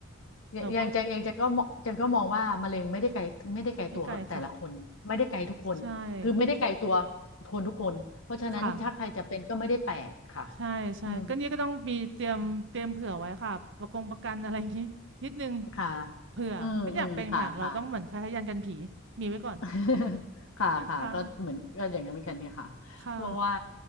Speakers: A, on the left; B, on the right.
A: อย่าอย่างอย่างจังอย่างจังก็มองจังก็มองว่ามะเร็งไม่ได้ไกลไม่ได้ไกลตัวแต่ละคนไม่ได้ไกลทุกคนคือไม่ได้ไกลตัว
B: เราก็ไม่ไกลค่ะ ใช่
A: คนทุกคนเพราะฉะนั้นถ้าใครจะเป็นก็ไม่ได้แปลกค่ะ
B: ค่ะใช่ใช่ก็นี่ก็ต้องมีเตรียมเตรียมเผื่อไว้ค่ะประกงประกันอะไรอย่างนี้นิดนึง
A: อืมอืมอืมค่ะ
B: เผื่อไม่อยากเป็นค่ะเราต้องเหมือนคล้ายๆยันกันผีมีไว้ก่อน
A: อืมอืมค่ะค่ะ <laughs> ค่ะค่ะก็เหมือนก็อย่างนั้นเหมือนกันเนี่ยค่ะเพราะว่า
B: ค่ะค่ะ